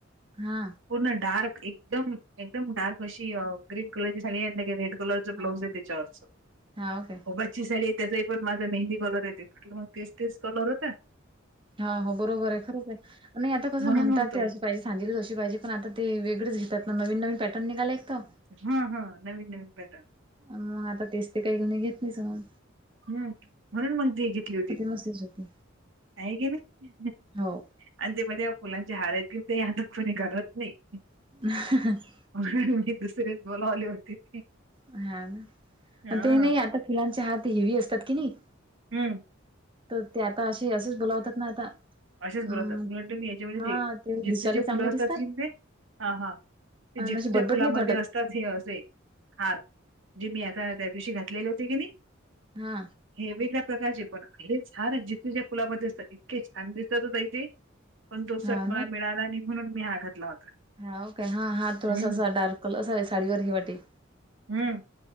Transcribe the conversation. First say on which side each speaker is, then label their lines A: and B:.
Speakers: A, on the right; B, on the right.
A: हा.
B: पूर्ण डार्क एकदम एकदम डार्क अशी ग्रीन कलर साडी आणली आहे रेड. कलरच ब्लाऊज
A: हा
B: आहे त्याच्यावरच अगं
A: ओके
B: बाई. ची साडी त्याचाही पण, माझा मेहंदी कलर येते म्हटलं मग तेच तेच कलर होतंय.
A: हा, हो बरोबर आहे खरंच आहे. नाही आता कसं
B: म्हणून
A: म्हणतात
B: म्हणतो
A: ते असं पाजे सांजेलीच अशी पाहिजे पण आता तेेगळेच घेतात ना नवीन नवीन पॅटर्न निघाले एकतर.
B: हा, हा, नवीन नवीन पॅटर्न.
A: पण मग, आता तेच ते काही घेणी घेत नाहीस मग
B: हम्म म्हणून मग ती एक घेतली होती.
A: मस्तच होती
B: नाही ग बाई.
A: हो
B: आणि ते माहीत का, ते आता फुलांचे हार आहे ते आता कोणी घालत नाही.
A: <unintelligible>
B: <unintelligible> होते ते
A: हा ना.
B: हा
A: आणि ते नाही आता फिळांचे हार ते हेवी असतात कि नाही
B: हम्म.
A: तर ते आता असे असेच बोलावतात ना आता.
B: असेच बोलतात.
A: अं
B: वाटत मी याच्यामध्ये
A: हा
B: ते जिपसेचे
A: दिसायला चांगले
B: फुलं असतात
A: दिसतात
B: की ते हा हा ते
A: आणि
B: जिप्सीच्या
A: अशी बटबट
B: फुलामध्ये
A: नाहीत वाटत
B: अस आ हे असे हार जे जे मी आता त्या दिवशी घातलेले होते की नाही?
A: हा,
B: हे वेगळ्या प्रकारचे पण हे झाड जिथे ज्या फुलामध्ये असतात इतके छान दिस <unintelligible> होता इथे पण तो
A: हा
B: सट मला मिळाला नाही म्हणून मी हा घातला होता.
A: हाव काय हा हात थोडासा
B: हं,
A: असा डार्क कलर साडीवर हे वाटेल
B: हम्म.